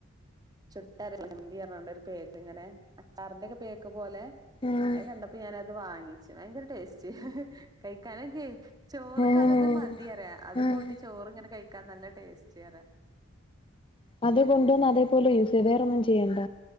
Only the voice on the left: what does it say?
ആഹ്
ഓഹ്
ആഹ്
അത് കൊണ്ടുവന്ന് അതേപോലെ യൂസ് ചെയ്യ്‌ വേറെൊന്നും ചെയ്യേണ്ട